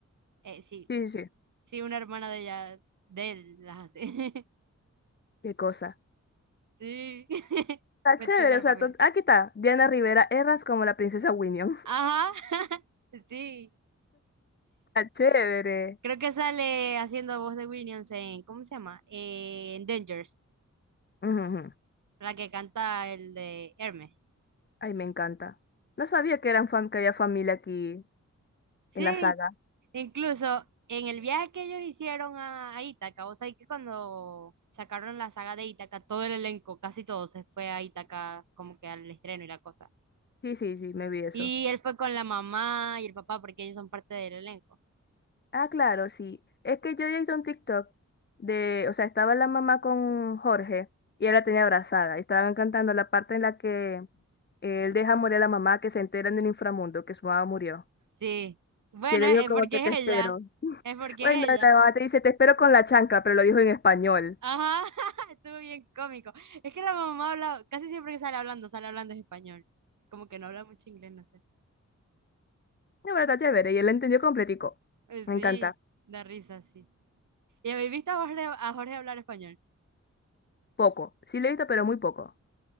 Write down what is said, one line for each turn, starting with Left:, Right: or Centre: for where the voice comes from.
Right: Eh, sí,
Left: Sí, sí, sí.
Right: sí, una hermana de ella, de él, las hace. <laughs>
Left: Qué cosa.
Right: Sí, <laughs>
Left: Está
Right: metió
Left: chévere.
Right: toda
Left: O
Right: la
Left: sea,
Right: familia.
Left: to- ah, aquí está. Diana Rivera Erras como la princesa Winnie.
Right: Ajá, <laughs> sí.
Left: Está chévere.
Right: Creo que sale haciendo voz de Williams en, ¿cómo se llama? Eh, en Dangers,
Left: Ujú, ujú.
Right: la que canta el de Hermes.
Left: Ay, me encanta. No sabía que eran fam que había familia aquí
Right: Sí,
Left: en la saga.
Right: Incluso en el viaje que ellos hicieron a, a Ítaca, o sea, que cuando sacaron la saga de Ítaca, todo el elenco, casi todo se fue a Ítaca como que al estreno y la cosa.
Left: Sí, sí, sí, me vi eso.
Right: Y él fue con la mamá y el papá porque ellos son parte del elenco.
Left: Ah, claro, sí. Es que yo ya hice un TikTok de, o sea, estaba la mamá con Jorge y él la tenía abrazada. Y estaban cantando la parte en la que él deja morir a la mamá que se entera en el inframundo que su mamá murió.
Right: Sí. Bueno,
Left: Que le
Right: es
Left: dijo como
Right: porque
Left: que te
Right: es
Left: espero.
Right: ella. Es porque
Left: Bueno,
Right: es ella.
Left: la mamá te dice te espero con la chancla, pero lo dijo en español.
Right: Ajá, <laughs> estuvo bien cómico. Es que la mamá habla, casi siempre que sale hablando, sale hablando en español. Como que no habla mucho inglés, no sé.
Left: La verdad, chévere. Y él la entendió completico.
Right: Eh, Sí,
Left: Me encanta.
Right: da risa, sí. ¿Y habéis visto a Jorge, a Jorge hablar español?
Left: Poco. Sí lo he visto, pero muy poco.